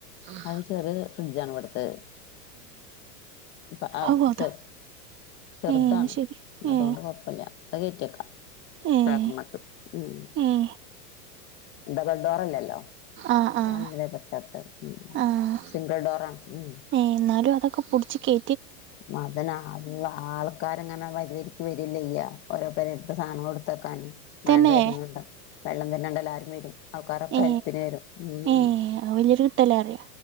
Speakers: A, on the right (about 25°); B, on the left (about 25°).
A: ആഹ്
B: അത് ചെറിയ ഫ്രിഡ്ജാണ് ഇവിടുത്തെ അപ്പ ആ
A: അവു അതാ
B: ചെ ചെറുതാണ്
A: ഏഹ് ശരി
B: അതൊണ്ട്
A: ഏഹ്
B: കൊഴപ്പില്ല അത് കേറ്റി വെക്കാം <unintelligible>
A: ഏഹ്
B: ഉം
A: ഏഹ്
B: ഡബിൾ ഡോറല്ലല്ലോ
A: ആഹ്
B: അതാണല്ലെ
A: ആഹ്
B: പറ്റാത്തെ ഉം
A: ആഹ്
B: സിംഗിൾ ഡോറാണ് ഉം
A: ഏഹ് എന്നാലും അതൊക്കെ പുടിച്ച് കേ
B: വതനാ ആൽ ഉവ്വ ആൾക്കാരങ്ങനെ വരിവരിക്ക് വരല്ലെ ഈ ഓരോ പേരെലത്തെ സാധനങ്ങളെടുത്തുവെക്കൻ
A: തന്നെ
B: മണല് വാരുന്നതുകൊണ്ട് വെള്ളം വരുന്നാ കണ്ട എല്ലാരും വരും ആൾക്കാരൊക്കെ
A: ഏ
B: അൽപ്പിന് വരും ഉമ്
A: ഏ അത് വലിയൊരു കിട്ടലാറിയ